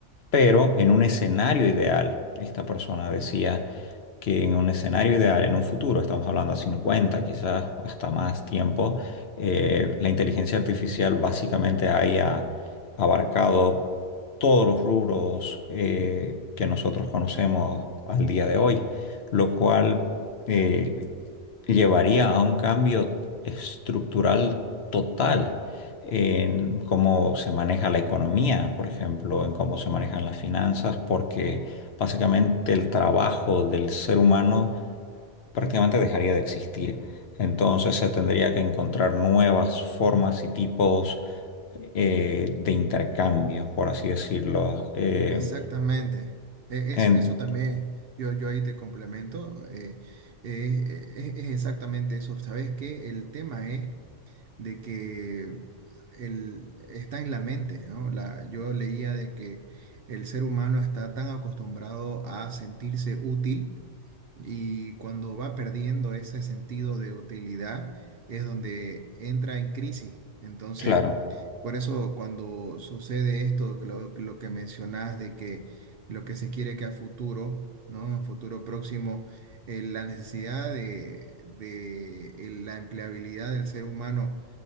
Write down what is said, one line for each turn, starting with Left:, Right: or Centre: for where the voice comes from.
Left: Pero en un escenario ideal, esta persona decía que en un escenario ideal, en un futuro, estamos hablando a 50, quizás hasta más tiempo, eh, la inteligencia artificial básicamente haya abarcado todos los rubros eh, que nosotros conocemos al día de hoy, lo cual eh, llevaría a un cambio estructural total en cómo se maneja la economía, por ejemplo, en cómo se manejan las finanzas, porque básicamente el trabajo del ser humano prácticamente dejaría de existir. Entonces se tendría que encontrar nuevas formas y tipos eh, de intercambio, por así decirlo. Eh,
Right: exactamente. E- Eso,
Left: en-
Right: eso también, yo, yo ahí te complemento, eh, eh, es e, es- es exactamente eso. ¿Sabes qué? El tema es de que el, está en la mente, ¿no? La, yo leía de que el ser humano está tan acostumbrado a sentirse útil y cuando va perdiendo ese sentido de utilidad es donde entra en crisis. Entonces,
Left: claro,
Right: por eso cuando sucede esto, lo, lo que mencionás de que lo que se quiere que a futuro, ¿no? En un futuro próximo, eh, la necesidad de, de eh, la empleabilidad del ser humano